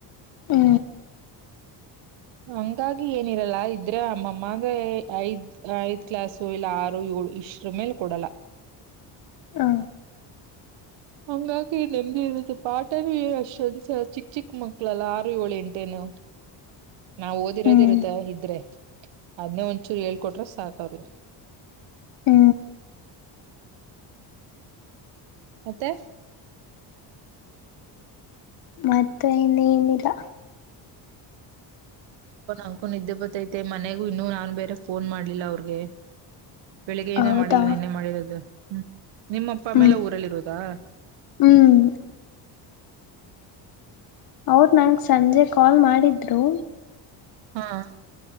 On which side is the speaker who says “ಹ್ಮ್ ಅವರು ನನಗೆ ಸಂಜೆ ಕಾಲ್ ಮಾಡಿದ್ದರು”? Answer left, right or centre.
Left